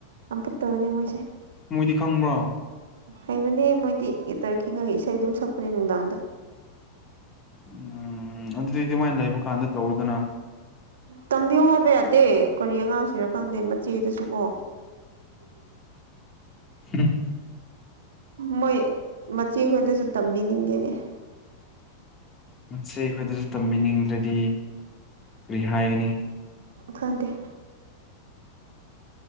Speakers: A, on the right; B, on the left.
A: ꯌꯥꯝ ꯐꯠꯇꯕꯅꯦ ꯃꯣꯏꯁꯦ
B: ꯃꯣꯏꯗꯤ ꯈꯪꯕ꯭ꯔꯣ
A: ꯍꯩꯕꯅꯦ ꯃꯣꯏꯗꯤ ꯒꯤꯇꯔ ꯈꯤꯡꯉꯒ ꯏꯁꯩ ꯑꯗꯨꯝ ꯁꯛꯄꯅꯦ ꯅꯨꯡꯗꯥꯡꯗ
B: ꯎꯝ ꯑꯗꯨꯗꯤ ꯃꯣꯏ ꯂꯩꯕ ꯀꯥꯟꯗ ꯇꯧꯑꯣꯗꯅ
A: ꯇꯝꯕꯤꯌꯣ ꯍꯥꯏꯕ ꯌꯥꯗꯦ ꯀꯔꯤ ꯑꯉꯥꯡꯁꯤꯔ ꯈꯪꯗꯦ ꯃꯆꯦꯗꯁꯨ ꯀꯣ
B: <unintelligible>
A: ꯃꯣꯏ ꯃꯆꯦꯈꯣꯏꯗꯁꯨ ꯇꯝꯕꯤꯅꯤꯡꯗꯦꯅꯦ
B: ꯃꯆꯦ ꯈꯣꯏꯗꯁꯨ ꯇꯝꯕꯤꯅꯤꯡꯗ꯭ꯔꯗꯤ ꯀꯔꯤ ꯍꯥꯏꯒꯅꯤ
A: ꯈꯪꯗꯦ